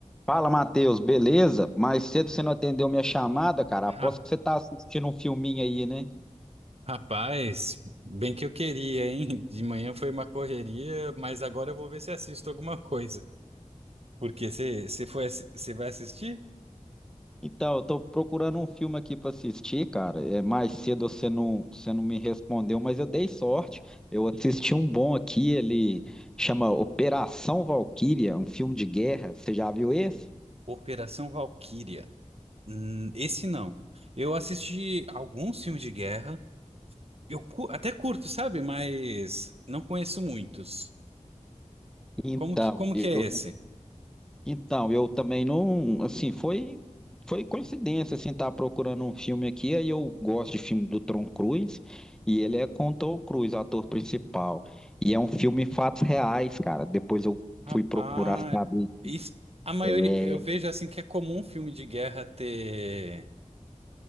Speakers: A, in the centre; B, on the right.
A: Fala, Matheus, beleza? Mais cedo você não atendeu minha chamada, cara. Aposto
B: Ra-
A: que você tá assistindo um filminho aí, né?
B: Rapaz, bem que eu queria, hein? De manhã foi uma correria, mas agora eu vou ver se assisto alguma coisa. Porque você você foi, você vai assistir?
A: Então, eu tô procurando um filme aqui pra assistir, cara. É, mais cedo você não, você não me respondeu, mas eu dei sorte. Eu assisti um bom aqui, ele chama Operação Valquíria, um filme de guerra. Você já viu esse?
B: Operação Valquíria. Hum, esse não. Eu assisti alguns filmes de guerra. Eu cu- até curto, sabe? Mas não conheço muitos.
A: Então,
B: Como que, como
A: eu
B: que é esse?
A: Então, eu também não, assim, foi foi coincidência, assim, estar procurando um filme aqui, aí eu gosto de filme do Tom Cruise, e ele é com o Tom Cruise, ator principal, e é um filme fatos reais, cara, depois eu
B: Rapaz,
A: fui procurar saber,
B: isso- a maioria,
A: é,
B: eu vejo assim que é comum filme de guerra ter,